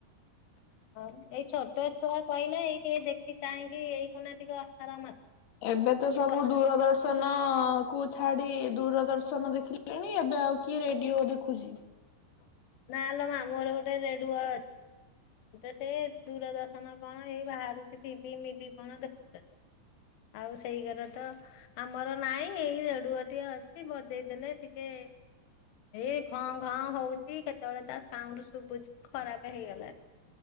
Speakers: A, on the left; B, on the left.
A: ଆଉ ଏଇ ଛୋଟ ଛୁଆ କହିଲେ ଏଇ ଟିକେ ଦେଖି ଚାହିଁକି ଏଇ କନା ଟିକେ ଅସାର ମାସ
B: ଏବେ ତ
A: ଏଇ
B: ସବୁ
A: ବର୍ଷା
B: ଦୂରଦର୍ଶନ କୁ ଛାଡି ଦୂରଦର୍ଶନ ଦେଖିଲେଣି ଏବେ ଆଉ କି ରେଡିଓ ଦେଖୁଛି
A: ନାଲେ ଆମର ଗୋଟେ ରେଡୁଆ ଅଛି। ତ ସେ ଦୂରଦର୍ଶନ କଣ ହେଇ ବାହାରୁଛି ଟି ଭି ମିଭିି କଣ ଦେଖୁଛନ୍ତି। ଆଉ ସେଇ ଘରେ ତ ଆମର ନାଇଁ ଏଇ ରେଡୁଓ ଟିଏ ଅଛି ବଜେଇଦେଲେ ଟିକେ। ଏ ଏଇ ଘଁ ଘଁ ହଉଛି କେ ଯେତେବେଳେ ତା ସାଉଣ୍ଡ ଶୁଭୁଛି ଖରାପ ହେଇଗଲା।